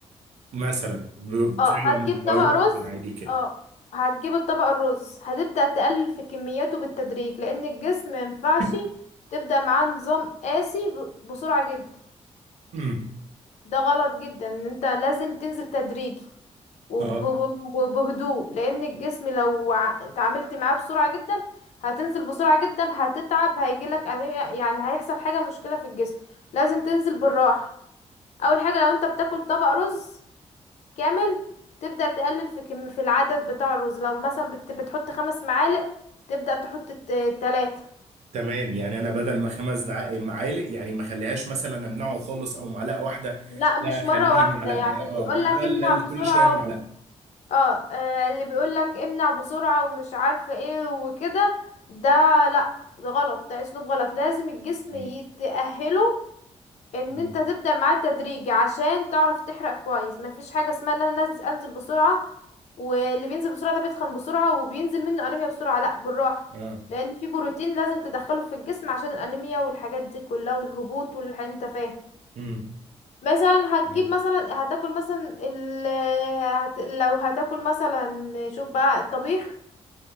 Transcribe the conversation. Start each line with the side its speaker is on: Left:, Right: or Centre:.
Right: مثلا ب-
Left: اه
Right: فعلا
Left: هتجيب
Right: بروح
Left: طبق رز
Right: من عادي كده
Left: اه هتجيب الطبق الرز هتبدأ تقلل في كمياته بالتدريج لأن الجسم مينفعش
Right: <clears throat> <laughs>
Left: تبدأ معاه نظام قاسي ب- بسرعة جدا
Right: أمم.
Left: ده غلط جدا ان انت لازم تنزل تدريجي وب-
Right: اه
Left: وب- وبهدوء لأن الجسم لو ع- اتعاملت معاه بسرعة جدا هتنزل بسرعة جدا هتتعب هيجيلك أنيميا- يعني هيحصل حاجة مشكلة في الجسم لازم تنزل بالراحة أول حاجة لو انت بتاكل طبق رز كامل تبدأ تقلل في كم في العدد بتاع الرز لو مثلا بت بتحط خمس معالق تبدأ تحط الت- تلاتة
Right: تمام يعني انا بدل ما خمس دع- معالق يعني ما اخليهاش مثلا امنعه خالص او معلقه واحده
Left: لا مش
Right: لا اخليها
Left: مرة واحدة
Right: معلقه
Left: يعني اللي
Right: اه
Left: يقولك
Right: اقلل
Left: امنع بسرعة
Right: كل شويه معلقه
Left: و... اه آه، اللي بيقولك امنع بسرعة ومش عارفة ايه وكده ده لا ده غلط ده اسلوب غلط لازم الجسم
Right: مم.
Left: يتأهله ان
Right: مم.
Left: انت تبدأ معاه تدريجي عشان تعرف تحرق كويس مفيش حاجة اسمها ان انا نز- انزل بسرعة واللي بينزل بسرعة ده بيتخن بسرعة وبينزل منه انيميا بسرعة لا بالراحة
Right: اه
Left: لان في بروتين لازم تدخله في الجسم عشان الانيميا والحاجات دي كلها والهبوط واللي انت فاهم
Right: مم.
Left: مثلا هتجيب
Right: مم.
Left: مثلا هتاكل مثلا ال... هت... لو هتاكل مثلا شوف بقى الطبيخ